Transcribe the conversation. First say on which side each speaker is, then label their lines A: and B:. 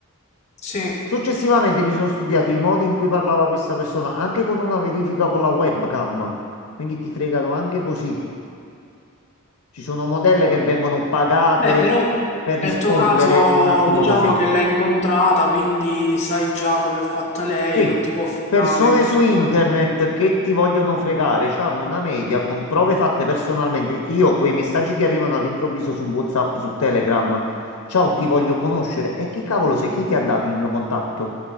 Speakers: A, on the left; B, on the left.
A: sì.
B: Successivamente mi sono studiato i modi in cui parlava questa persona, anche con una verifica con la webcam. Quindi ti fregano anche così. Ci sono modelle che vengono pagate
A: Beh, però
B: per
A: nel
B: rispondere
A: tuo caso
B: un attimo
A: diciamo
B: così.
A: che l'hai incontrata, quindi sai già come è fatta lei,
B: Sì,
A: non ti può fregare
B: persone
A: in
B: su
A: questo
B: internet
A: quel punto di vista.
B: che ti vogliono fregare, hanno una media con prove fatte personalmente. Io quei messaggi che arrivano all'improvviso su WhatsApp, su Telegram, ciao, ti voglio conoscere. E chi cavolo sei? Chi ti ha dato il mio contatto?